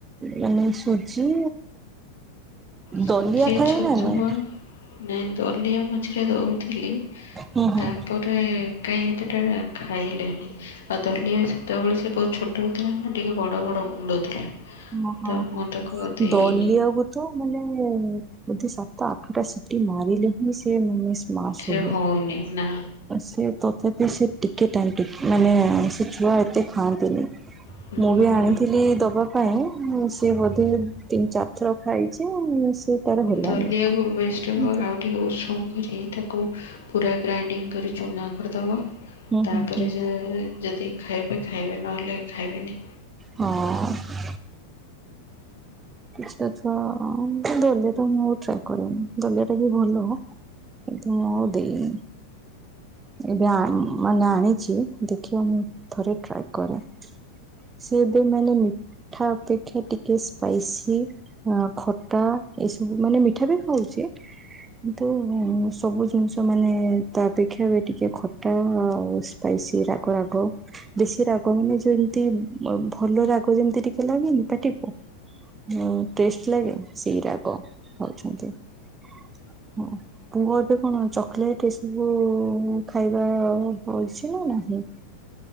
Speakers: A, on the right; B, on the left.
A: ମାନେ ସୁଜି।
B: ସୁଜି
A: ଦଲିଆ ଖାଏ
B: ଛତୁଆ।
A: ନା ନାଇଁ
B: ନାଇଁ ଦଲିଆ ମଝିରେ ଦଉଥିଲି
A: ହୁଁ ହୁଁ।
B: ତା। ପରେ କାଇଁ ଏତଟା ଖାଇଲାନି। ଆଉ ଦଲିଆ ସେତେବେଳେ ସେ ବହୁତ ଛୋଟ ଥିଲା ନା ଟିକେ ବଡ ବଡ ଗୁଣ୍ଡ ଥିଲା।
A: ଓ ହଁ
B: ତ
A: ହଁ
B: ମୁଁ ତାକୁ ଆଉ ଦେଇନି
A: ଦଲିଆ କୁ। ତ ମାନେ ବୋଧେ ସାତା ଆଠଟା ସିଟି ମାରିଲେ ହିଁ ସେ ମାନେ ମାସ୍
B: ସେ
A: ହୁଏ।
B: ହଉନି ନା
A: ସେ ତଥାପି ସେ ଟିକେ ଟାଇମ୍ ଟେକି ମାନେ ସେ ଛୁଆ ଏତେ ଖାଆନ୍ତିନି।
B: ହୁଁ
A: ମୁଁ ବି ଆଣିଥିଲି ଦବା ପାଇଁ ସିଏ ବୋଧେ ତିନି ଚାରିଥର ଖାଇଛି। ସେ ତାର ହେଲାନି।
B: ଦଲିଆକୁ ବେଷ୍ଟ
A: ହୁଁ
B: ହବ
A: ହୁଁ
B: ଆଉ ଟିକେ ଉଷୁମ। କରି ତାକୁ ପୁରା ଗ୍ରାଇଣ୍ଡିଙ୍ଗ କରି ଚୁନା କରିଦବ। ତାପରେ
A: ହୁଁ
B: ଯେ ଯଦି ଖାଇବେ ଖାଇବେ ନହେଲେ ଖାଇବେନି।
A: ହଁ। କିଛିଟା ଛୁଆ ଦଲିଆ ତ ମୁଁ ଟ୍ରାଏ କରେନି ଦଲିଆ ଟା ବି ଭଲ। କିନ୍ତୁ ମୁଁ ଆଉ ଦେଇନି। ଏବେ ଆ ମାନେ ଆଣିଛି ଦେଖିବା ମୁଁ ଥରେ ଟ୍ରାଏ କରେ। ସିଏ ଏବେ ମାନେ ମିଠା ଅପେକ୍ଷା ଟିକେ ସ୍ପାଇସି। କି ଆଁ ଖଟା ଏଇସବୁ ମାନେ ମିଠା ବି ଖାଉଛି। କିନ୍ତୁ ସବୁ ଜିନିଷ ମାନେ ତା ଅପେକ୍ଷା ଟିକେ ଖଟା ଆଉ। ସ୍ପାଇସି୍ ରାଗ ରାଗ। ବେଶୀ ରାଗ ମାନେ ଯେମିତି ଭଲ ରାଗ ଯେମିତି ଟିକେ ଲାଗେନି ପାଟିକୁ। ଉଁ ଟେଷ୍ଟ ଲାଗେ ସୋଇରାକ ଖାଉଛନ୍ତି ହଁ। ପୁଅ ଏବେ କଣ ଚକ୍ଲେଟ ଏସବୁ ଖାଇବା ଅଛି ନା ନାହିଁ।